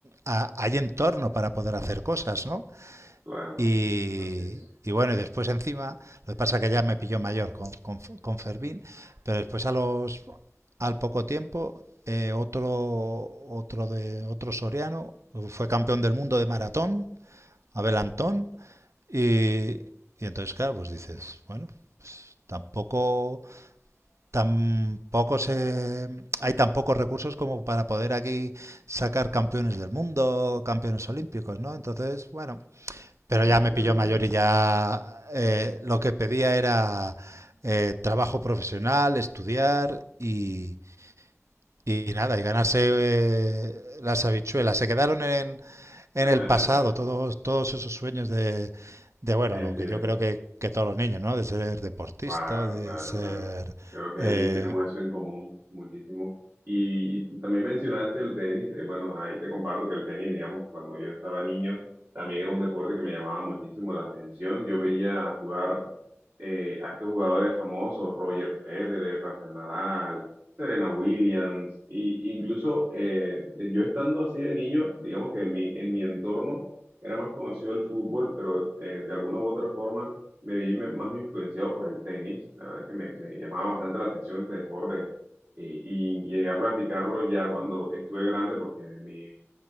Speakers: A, on the right; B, on the right.
A: a- hay entorno para poder hacer cosas, ¿no?
B: claro,
A: Y,
B: así es.
A: y bueno, y después encima, lo que pasa es que ya me pilló mayor con, con, con Fermín, pero después a los al poco tiempo, eh, otro, otro de otro soriano fue campeón del mundo de maratón, Abel Antón, y, y entonces claro, pues dices, bueno, pues tampoco tampoco se hay tan pocos recursos como para poder aquí sacar campeones del mundo, campeones olímpicos, ¿no? Entonces, bueno, pero
B: Entiendo,
A: ya me pilló
B: entiendo.
A: mayor y ya eh, lo que pedía era eh, trabajo profesional, estudiar y, y nada, y ganarse eh, las habichuelas. Se quedaron en, en
B: <laughs>
A: el pasado todos, todos esos sueños de, de, bueno,
B: Entiendo.
A: lo que yo creo que, que todos los niños, ¿no? De ser deportista,
B: Claro,
A: de
B: claro,
A: ser...
B: claro. Creo que
A: eh,
B: ahí tenemos eso en común muchísimo. Y, y también mencionaste el tenis. eh, bueno, ahí te comparto que el tenis, digamos, que cuando yo estaba niño, también era un deporte que me llamaba muchísimo la atención. Yo veía jugar eh, a estos jugadores famosos, Roger Federer, Rafael Nadal, Serena Williams, y incluso eh, yo estando así de niño, digamos que en mi, en mi entorno era más conocido el fútbol, pero eh, de alguna u otra forma me vi me- más influenciado por el tenis. La verdad es que me, me llamaba bastante la atención este deporte y, y llegué a practicarlo ya cuando estuve grande porque en mi